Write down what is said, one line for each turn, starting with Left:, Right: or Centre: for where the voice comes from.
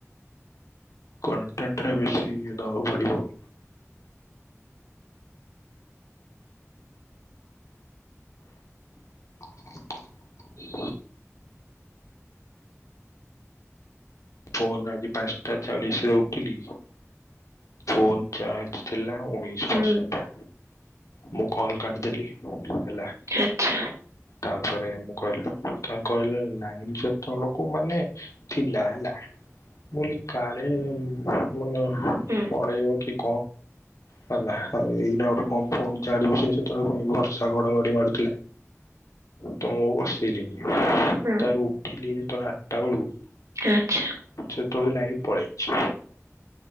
Left: କଣ୍ଟେରେ ବେଶୀ ଦବାକୁ ପଡିବ। <inaudible> ଫୋନ ଆଜି ପାଞ୍ଚଟା ଚାଳିଶରେ ଉଠିଲି। ଫୋନ ଚାର୍ଜ ଥିଲା ଉଣେଇଶ
Right: ହୁଁ
Left: ପରସେଣ୍ଟ, ମୁଁ କଲ କାଟିଦେଲି। ହେଲା।
Right: ଆଚ୍ଛା
Left: ତାପରେ ମୁଁ କହିଲି କ କହିଲ ଲାଇନ ଯେତେବେଳକୁ ମାନେ ଥିଲା ହେଲା ବୋଲି କାଳେ ମାନେ
Right: ହୁଁ
Left: ପଳେଇବ କି? <unintelligible> ହମ ହେଲା ଏଇନା ଗୋଟେ କଣ ଫୋନ୍ ଚାର୍ଜ ରେ ବସେଇ ସେତେବେଳ କୁ <unintelligible> ବର୍ଷା ଗଡ଼ ଗଡ଼ି ମାରୁଥି ତ ମୁଁ ବସେଇଲିିନି।
Right: ହୁଁ
Left: ତାର ଉଠିଲି ଯେତବେଳେ ଆଠଟା ବେଳିବୁ
Right: ଆଚ୍ଛା
Left: ଶେତବେଳକୁ ଲାଇଟ୍ ପଳେଈଛି,